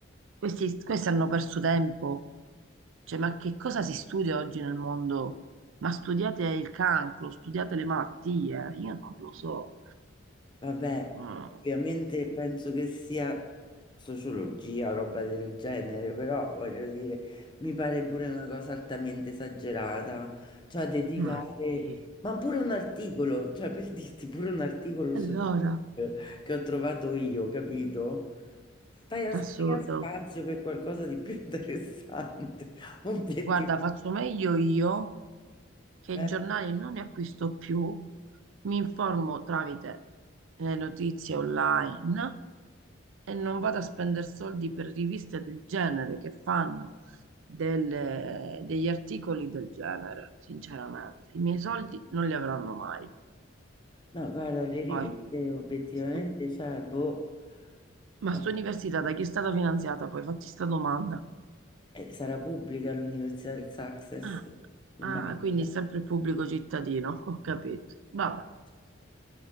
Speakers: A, on the right (about 75°); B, on the left (about 25°).
A: questi, questi hanno perso tempo. Cioè, ma che cosa si studia oggi nel mondo? Ma studiate il cancro, studiate le malattie, io non lo so.
B: Vabbè,
A: Mm.
B: ovviamente penso che sia sociologia o roba del genere, però voglio dire, mi pare pure una cosa altamente esagerata, cioè dedicare,
A: Ma sì,
B: ma pure un articolo, cioè per dirti pure un articolo
A: allora,
B: su che ho trovato io, capito? Stai a sprecare
A: assurdo.
B: spazio per qualcosa di più interessante, <laughs> obiettivamente.
A: Guarda, faccio meglio io che
B: Eh,
A: i giornali non ne acquisto più, mi informo tramite le notizie online e non vado a spendere soldi per riviste del genere che fanno delle- degli articoli del genere, sinceramente. I miei soldi non li avranno mai.
B: no, guarda, le riviste
A: Poi,
B: obiettivamente,
A: stu-
B: cioè, boh.
A: ma
B: eh.
A: sta università da chi è stata finanziata? Poi fatti sta domanda.
B: Eh, sarà pubblica l'Università del Success,
A: Ah,
B: immagino.
A: ah, quindi sempre il pubblico cittadino, ho capito. Vabbè.
B: Eh, certo.